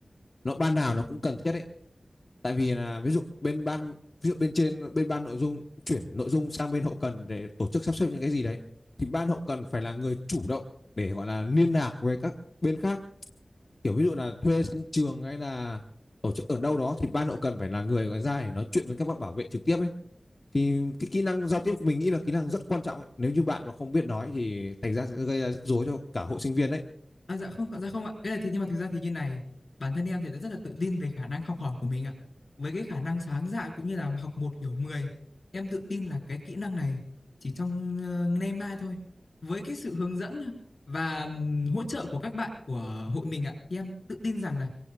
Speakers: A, on the left (about 50°); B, on the left (about 75°).
A: nó ban nào nó cũng cần thiết đấy tại vì là ví dụ bên ban ví dụ bên trên bên ban nội dung chuyển nội dung sang bên hậu cần để tổ chức sắp xếp những cái gì đấy thì ban hậu cần phải là người chủ động để gọi là liên lạc với các bên khác kiểu ví dụ là thuê sân trường hay là tổ chức ở đâu đó thì ban hậu cần phải là người gọi ra để nói chuyện với các bác bảo vệ trực tiếp ấy thì cái kỹ năng giao tiếp của mình nghĩ là kỹ năng rất quan trọng ấy. nếu như bạn mà không biết nói thì thành ra sẽ gây ra rắc rối cho cả hội sinh viên đấy
B: À, dạ không, dạ không ạ. Cái này thì nhưng mà thực ra thì như này, bản thân em thì đã rất là tự tin về khả năng học hỏi của mình ạ. Với cái khả năng sáng dạ cũng như là học một hiểu mười em tự tin là cái kỹ năng này chỉ trong ờ, nay mai thôi. Với cái sự hướng dẫn và ừm, hỗ trợ của các bạn của hội mình ạ, thì em tự tin rằng là